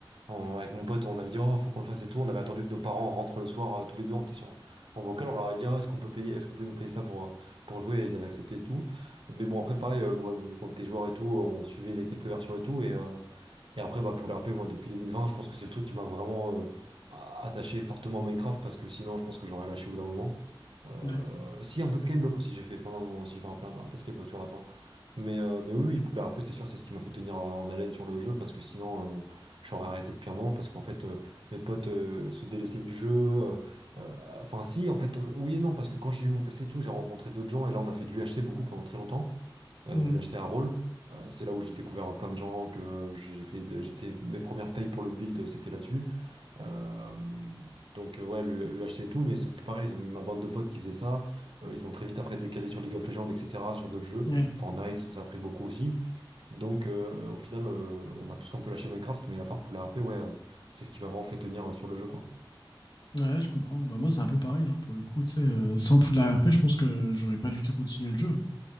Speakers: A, on the right; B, on the left.
A: on- avec mon pote, on avait dit, oh, faut qu'on le fasse et tout. On avait attendu que nos parents rentrent le soir, euh, tous les deux, on était sur, en vocal. On leur avait dit, Ah, est-ce qu'on peut payer, est-ce que vous pouvez nous payer ça pour, euh, pour jouer? Et ils avaient accepté et tout. Mais bon, après, pareil, euh, moi, vu qu'on était joueur et tout, on suivait les quelques versions et tout. Et, euh, et après, bah, Poudlard R P, moi, depuis 2020, je pense que c'est le truc qui m'a vraiment euh, attaché fortement à Minecraft parce que sinon, je pense que j'aurais lâché au bout d'un moment. Euh,
B: Ouais.
A: si, un peu de Skyblock aussi, j'ai fait pendant un moment aussi, je me rappelle, un peu de Skyblock sur la fin. Mais, euh, mais oui, oui, Poudlard RP, c'est sûr, c'est ce qui m'a fait tenir euh, en haleine sur le jeu, parce que sinon, euh, j'aurais arrêté depuis un moment, parce qu'en fait, euh, mes potes euh, se délaissaient du jeu. euh, euh, Enfin, si, en fait, euh, oui et non, parce que quand j'ai eu mon PC et tout, j'ai rencontré d'autres gens, et là, on a fait de l'UHC beaucoup pendant très longtemps euh,
B: Mm.
A: lui acheter un rôle. Euh, c'est là où j'ai découvert plein de gens que j'ai fait de- j'étais mes premières payes pour le build c'était là-dessus. Euh, donc euh, ouais le- lui acheter et tout mais sauf que pareil ma bande de potes qui faisait ça euh, ils ont très vite après décalé sur League of Legends etc sur d'autres jeux
B: Ouais.
A: Fortnite ça a pris beaucoup aussi donc euh, au final euh, on a tous un peu lâché Minecraft mais à part pour la RP ouais euh, c'est ce qui m'a vraiment fait tenir euh, sur le jeu quoi
B: Ouais, je comprends. Bah, moi, c'est un peu pareil, hein, pour le coup. Tu sais, euh, sans Poudlard RP, je pense que j'aurais pas du tout continué le jeu.